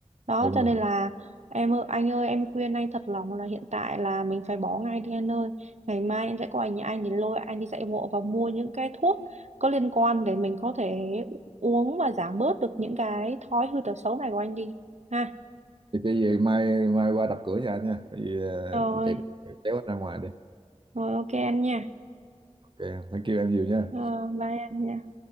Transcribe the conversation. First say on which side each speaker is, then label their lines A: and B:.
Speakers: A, on the right; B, on the right.
A: đó
B: đúng
A: cho
B: rồi
A: nên là em ơi anh ơi em khuyên anh thật lòng là hiện tại là mình phải bỏ ngay đi anh ơi ngày mai em sẽ qua nhà anh để lôi anh đi dạy bộ và mua những cái thuốc có liên quan để mình có thể uống và giảm bớt được những cái thói hư tật xấu này của anh đi ha
B: thì cái gì mai mai qua đập cửa nhà anh nha cái gì ờ,
A: rồi
B: chạy chạy kéo anh ra ngoài đi
A: rồi ok anh nha
B: ok thank you em nhiều nha
A: ờ, bye anh nha